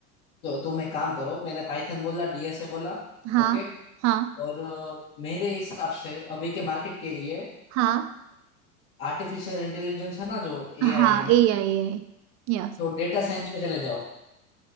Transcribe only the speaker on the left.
तो तुम एक काम करो मैंने पाइथन बोला डीएसए बोला
ओके
और अ, मेरे हिसाब से अभी के मार्केट के लिए
आर्टिफिशियल इंटेलिजेंस है ना जो एआई
में
तो डेटा साइंस में चले जाओ